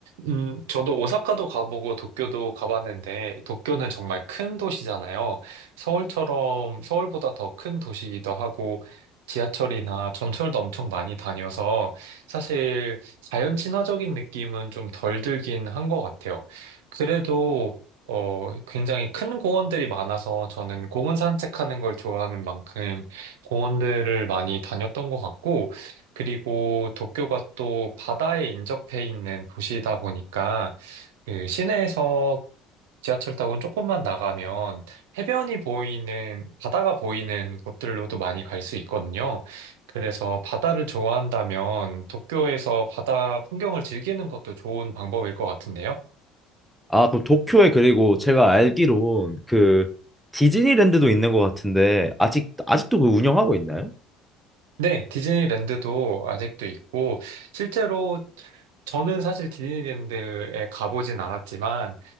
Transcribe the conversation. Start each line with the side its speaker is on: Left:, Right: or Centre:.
Right: 음, 저도 오사카도 가보고 도쿄도 가봤는데, 도쿄는 정말 큰 도시잖아요. 서울처럼, 서울보다 더 큰 도시이기도 하고, 지하철이나 전철도 엄청 많이 다녀서, 사실 자연 친화적인 느낌은 좀 덜 들긴 한 것 같아요. 그래도, 어, 굉장히 큰 공원들이 많아서, 저는 공원 산책하는 걸 좋아하는 만큼, 공원들을 많이 다녔던 것 같고, 그리고 도쿄가 또 바다에 인접해 있는 도시이다 보니까 그 시내에서 지하철 타고 조금만 나가면 해변이 보이는, 바다가 보이는 곳들로도 많이 갈 수 있거든요. 그래서 바다를 좋아한다면 도쿄에서 바다 풍경을 즐기는 것도 좋은 방법일 것 같은데요.
Centre: 아, 그럼 도쿄에 그리고 제가 알기론 그 디즈니랜드도 있는 것 같은데 아직 아직도 그 운영하고 있나요?
Right: 네, 디즈니랜드도 아직도 있고, 실제로 저는 사실 디즈니랜드에 가보진 않았지만,